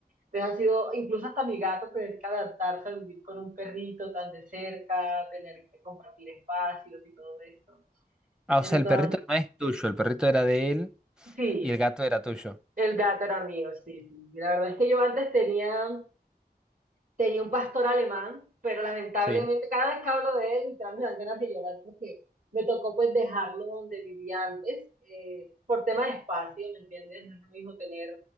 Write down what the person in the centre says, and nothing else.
Ah,
o sea, el perrito no es tuyo, el perrito era de él
y el gato era tuyo.
Sí.